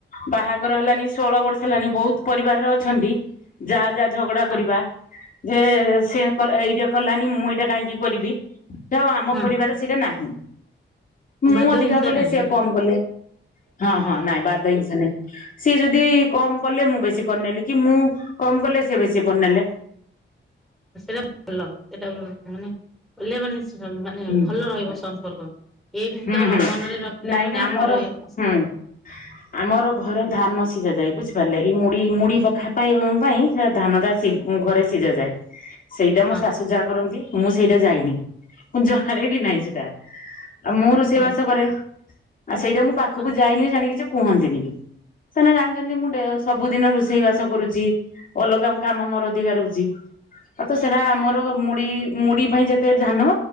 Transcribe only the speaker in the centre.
ହଁ
ହଁ
ବାଦ
ହିଂସା
ନାହିଁ
ନା।
ହୁଁ
ହୁଁ
ହୁଁ
ସେଇଟା ଭଲ ସେଇଟା ମାନେ କଲେ ମାନେ। ମାନେ
ଭଲ ରହିବ ସମ୍ପର୍କ। ଏମିତି
ତ
ମନରେ ରଖିଲା
ମାନେ
ଘରେ
ଅଶାନ୍ତି।
ହଁ
ଓହୋ
ହଁ